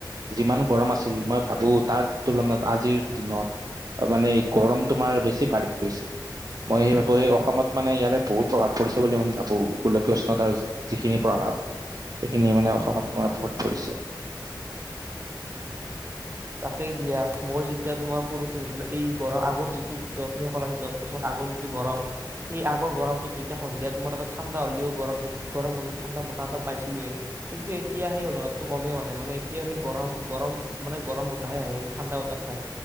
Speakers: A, on the right; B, on the right.
A: যিমান গৰম আছিল মই ভাবো তাৰ তুলনাত আজিৰ দিনত মানে গৰম তোমাৰ বেছি বাঢ়ি গৈছে। মই সেই ভাবো এই অসমত মানে ইয়াৰে বহুত প্ৰভাৱ পৰিছে বুলি মই ভাবো, গোলকীয় উষ্ণতাৰ যিখিনি প্ৰভাৱ সেইখিনিয়ে মানে অসমত তোমাৰ গৰম পৰিছে?
B: তাকেই দিয়া মই যেতিয়া তোমাৰ সৰুতে ধৰা এই গৰম আগৰ যিটো গৰম পেলাইছে দহ বছৰ আগৰ যিটো গৰম সেই আগৰ গৰমটোত যেতিয়া সন্ধিয়া তোমাৰ এটা ঠাণ্ডা হ'লেও গৰম গৰম হলে ঠাণ্ডা বতাহ এটা পাইছিলোই কিন্তু এতিয়া সেই অনুভৱটো কমেই মানে মানে এতিয়া সেই গৰম গৰম মানে। গৰম বতাহে আহে হে ঠাণ্ডা বতাহ নাহে